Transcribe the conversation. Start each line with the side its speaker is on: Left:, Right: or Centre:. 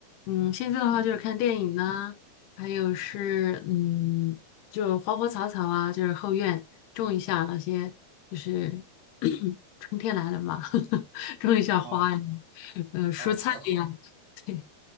Left: 嗯，现在的话就是看电影呢，还有是嗯，就花花草草啊，就是后院种一下那些，就是 <coughs> <clears throat> 春天来了嘛，<laughs> 种一下花呀，
Right: 哦
Left: 呃，蔬菜呀，
Right: 哦，是好。
Left: <laughs>